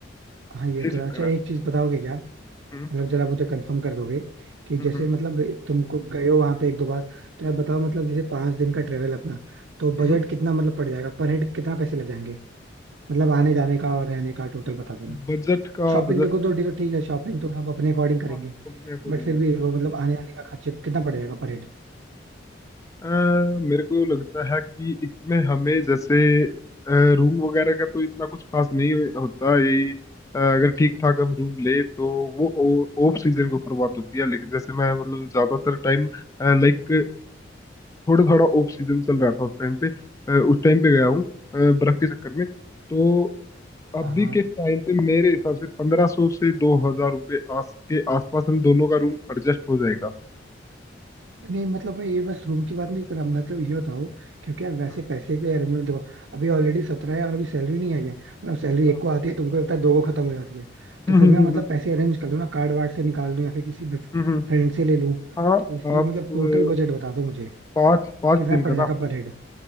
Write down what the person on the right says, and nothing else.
हाँ ये
तो है
अच्छा
एक चीज बताओगे क्या मतलब
जरा मुझे कंफर्म कर दोगे कि जैसे
मतलब तुमको गए हो वहां पे एक दो बार तो यार बताओ मतलब जैसे पांच दिन का ट्रेवल अपना तो बजट
कितना मतलब पड़ जाएगा पर हेड कितना पैसे लग जाएंगे मतलब आने जाने का और रहने का टोटल बता देना
शॉपिंग
देखो
तो देखो ठीक है शॉपिंग तो सब अपने अकॉर्डिंग करेंगे
बट फिर
भी वो मतलब आने जाने का खर्चे कितना पड़ जाएगा पर हेड
हाँ
नहीं मतलब भाई ये बस रूम की बात नहीं कर रहा मतलब ये बताओ क्योंकि यार वैसे
पैसे के अरेंजमेंट देखो अभी ऑलरेडी सत्रह है और अभी सैलरी नहीं आई है मतलब सैलरी
एक को आती है तुमको पता है दो को खत्म हो जाती है
तो फिर
मैं मतलब
पैसे अरेंज कर लूँ ना कार्ड वार्ड से निकाल लूँ या फिर किसी फ्रेंड
से ले लूँ
तो इसलिए
मतलब टोटल
बजट बता दो मुझे
कितना
पड़ जाएगा
पर हेड